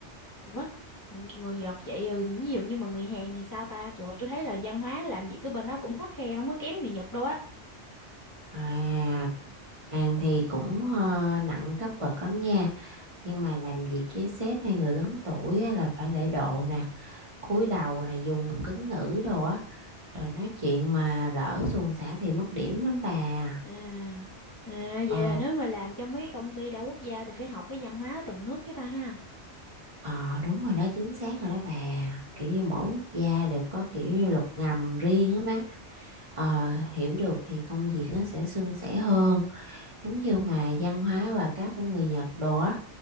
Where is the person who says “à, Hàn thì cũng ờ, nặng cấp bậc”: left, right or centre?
Right